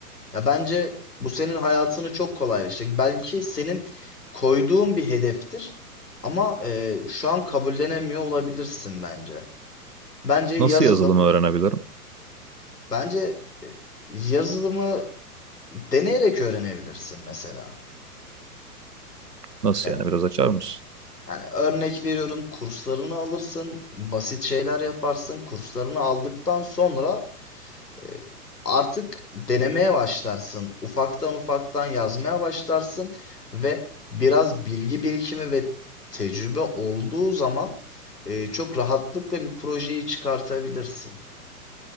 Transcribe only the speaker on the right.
Nasıl yazılımı öğrenebilirim?
Nasıl
yani biraz açar mısın?